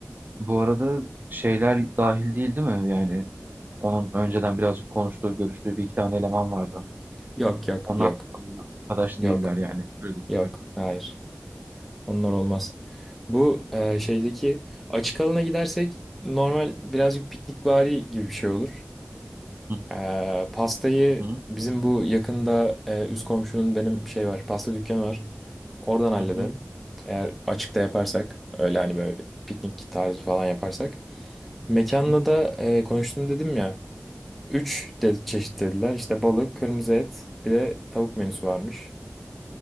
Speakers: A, on the right (about 40°); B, in the centre.
A: bu arada şeyler dahil değil değil mi yani? Onun önceden birazcık konuştuğu, görüştüğü bir iki tane eleman vardı.
B: Yok yok
A: Onlar
B: yok
A: arkadaş
B: yok
A: değiller yani. Öyle düşünüyorum.
B: yok hayır onlar olmaz. Bu e, şeydeki açık alana gidersek normal birazcık piknikvari gibi bir şey olur.
A: Hı
B: Ee, pastayı
A: hı
B: bizim bu yakında e, üst komşunun benim şey var pasta dükkanı var. Oradan hallederim.
A: hı hı.
B: Eğer açıkta yaparsak öyle hani böyle piknik tarzı falan yaparsak. Mekanla
A: hı.
B: da e, konuştum dedim ya. Üç de, çeşit dediler. İşte balık, kırmızı et bir de tavuk menüsü varmış.